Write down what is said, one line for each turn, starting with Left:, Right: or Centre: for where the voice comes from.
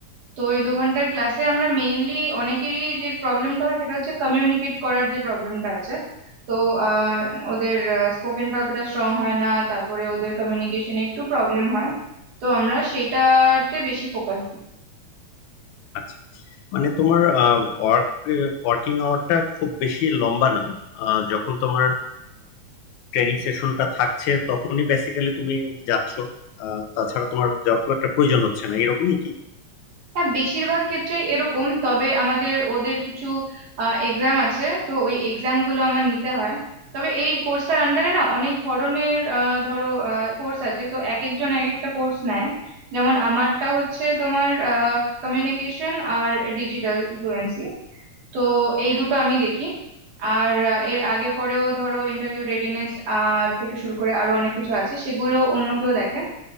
Right: তো এই দু ঘন্টার ক্লাসে আমরা মেইনলি অনেকেরই যে প্রবলেমটা হয় সেটা হচ্ছে কমিউনিকেট করার যে প্রবলেমটা আছে তো আহ, ওদের স্পোকেনটা অতটা স্ট্রং হয় না তারপরে ওদের কমিউনিকেশনে একটু প্রবলেম হয় তো আমরা সেটাতে বেশি ফোকাস দিই
Left: আচ্ছা মানে তোমার ওয়ার্ক ওয়ার্কিং আওয়ারটা খুব বেশি লম্বা না আহ, যখন তোমার ট্রেনিং সেশনটা থাকছে তখনই বেসিক্যালি তুমি যাচ্ছ আহ, তাছাড়া তোমার যাওয়ার খুব একটা প্রয়োজন হচ্ছে না এরকমই কি
Right: হ্যাঁ বেশিরভাগ ক্ষেত্রে এরকম তবে আমাদের ওদের কিছু এক্সাম আছে তো ওই এক্সাম গুলো আমার নিতে হয় তবে এই কোর্সটার আন্ডারে না অনেক ধরনের আহ, ধরো কোর্স আছে তো এক একজন এক একটা কোর্স নেয় যেমন আমারটা হচ্ছে তোমার কমিউনিকেশন আর ডিজিটাল ফ্লুয়েন্সি তো এই দুটো আমি দেখি আর আহ, এর আগে পরেও ধরো ইন্টারভিউ রেডিনেস থেকে শুরু করে আরো অনেক কিছু আছে সেগুলো অন্য কেউ দেখে